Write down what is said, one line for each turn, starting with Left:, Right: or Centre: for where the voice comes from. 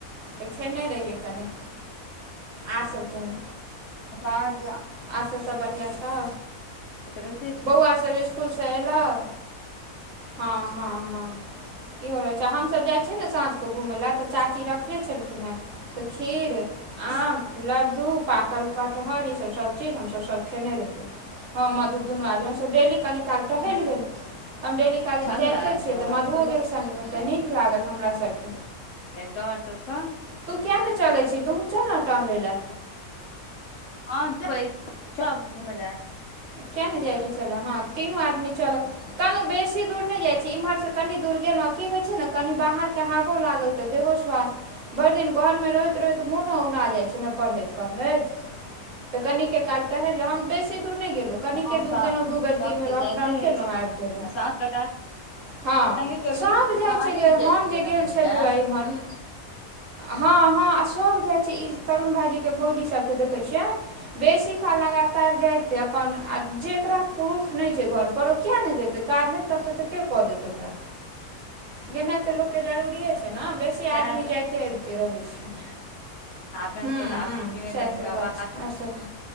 Right: तऽ खेने रहियै कनि आर सब कहू
Left: असान
Right: आर सब सब बढ़ियां छौ
Left: तऽ रहिते छै
Right: बौआ सब स्कुल सँ अयलहु हाँ हाँ हाँ इहो रहैत छै हमसभ जाइत छियै ने साँझके घूमय ले तऽ चाची रखने छलखिन हें तऽ खीर आम लड्डू पाकल कटहर ई सब सभ चीज हमसभ सभ खेने रहियै हम मधु दुनू आदमी हमसभ डेली कनि काल टहलि
Left: हूँ
Right: गेलहुँ हम डेली काल
Left: छलै
Right: जाइते छियै
Left: तकर
Right: तऽ
Left: बाद
Right: मधुओ
Left: भेलै
Right: गेल संगमे तऽ नीक लागल हमरा सभके
Left: ए तोहर सबक
Right: तू किया नै चलै छी तु चल न टहलेय ल
Left: हाँ जेबै सब घुतैय ल
Right: किया नहि जाइ छै चल हँ तीनू आदमी चलब कनी बेसी दूर नहि जाइत छी इम्हरसे कनी दूर गेलहुँ की होइत छै ने कनि बाहरके हवो लागल तऽ देहो स्वास्थ्य भरि दिन घरमे रहैत रहैत मोनो औना जाइत छै न पढ़ैत-पढ़ैत तऽ कनिके काल टहलि ले हम बेसी दूर नहि गेलहुँ कनिके
Left: हँ
Right: दूर गेलहुँ दू बेर
Left: सब
Right: तीन बेर
Left: तऽ
Right: अप
Left: जाइते
Right: डाउन
Left: रहै
Right: केलहुँ
Left: छै
Right: आबि गेलहुँ
Left: आ साँझ के
Right: हँ
Left: टहलनाइयो जरूरी
Right: सब
Left: तू
Right: जाइ
Left: तऽ
Right: छै
Left: हाटे
Right: गै
Left: दिस जाइत
Right: हम
Left: हेबे
Right: जे गेल
Left: ने घुमै
Right: छलियै
Left: लए
Right: इम्हर हाँ हाँ आसब इ तरून भाइजी केँ भौजी सभकेँ देखैत छियैन बेसी काल लगातार जाइते आ अपन आ जेकरा पुरुष नहि छै घर पर ओ किया नहि जेतै काज नहि करतै तऽ के कऽ देतै ओकरा गेनाइ तऽ लोकके जरूरिए छै ने बेसी
Left: सएह
Right: आदमी जाइते अबिते रहै छै
Left: अपनाके
Right: ह्म्म
Left: तऽ आ
Right: ह्म्म
Left: की नदन
Right: सएहसभ
Left: कह
Right: बात
Left: ब
Right: छै आओर सभ